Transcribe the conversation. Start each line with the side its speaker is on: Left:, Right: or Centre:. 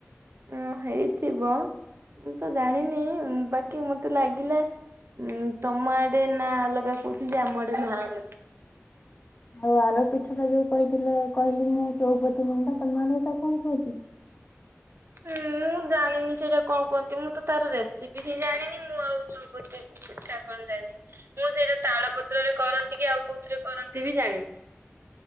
Right: ହଁ ହେଇଥିବ ମୁଁ ତ ଜାଣିନି ବାକି ମତେ ଲାଗିଲା ଉଁ ତମ ଆଡେ ନା ଅଲଗା କହୁଛନ୍ତି ଆମ ଆଡେ ନାଁ ଅଲଗା।
Left: ଆଉ ଆର ପିଠଟା ଯୋଉ କହିଥିଲ କହିଲି ମୁଁ ଚଉପତି ମୁଣ୍ଡା ତମ ଆଡେ ତ କଣ କହୁଛି?
Right: ମୁଁ ଜାଣିନି ସେଇଟା କଣ କୁହନ୍ତି ମୁଁ ତାର ରେସିପି ହିଁ ଜାଣିନି ମୁଁ ଆଉ ସୁ ବତେଇବି ପିଠା କଣ ଜାଣି ମୁଁ ସେଇଟା ତାଳ ପତ୍ରରେ କରନ୍ତି କି ଆଉ କୋଉଥିରେ କରନ୍ତି ବି ଜାଣିନି।